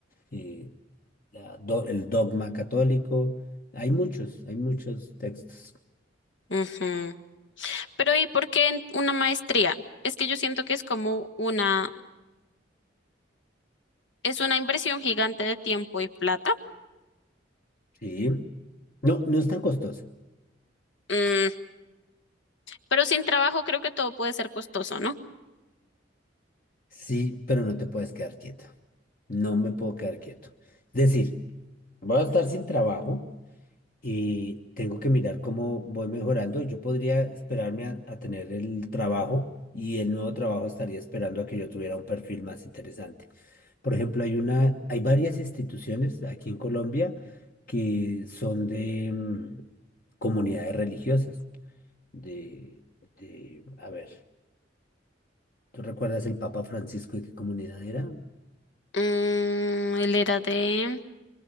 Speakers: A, on the left; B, on the left.
A: eh, la do- el dogma católico. Hay muchos, hay muchos textos.
B: Ujú. Pero ¿y por qué en una maestría? Es que yo siento que es como una, es una inversión gigante de tiempo y plata.
A: Sí. No, no es tan costosa.
B: Mm, pero sin trabajo creo que todo puede ser costoso, ¿no?
A: Sí, pero no te puedes quedar quieto. No me puedo quedar quieto. Es decir, voy a estar sin trabajo. y tengo que mirar cómo voy mejorando. Yo podría esperarme a, a tener el trabajo y el nuevo trabajo estaría esperando a que yo tuviera un perfil más interesante. Por ejemplo, hay una, hay varias instituciones aquí en Colombia que son de mm, comunidades religiosas, de, de, a ver, ¿tú recuerdas el Papa Francisco de qué comunidad era?
B: Mm, él era de,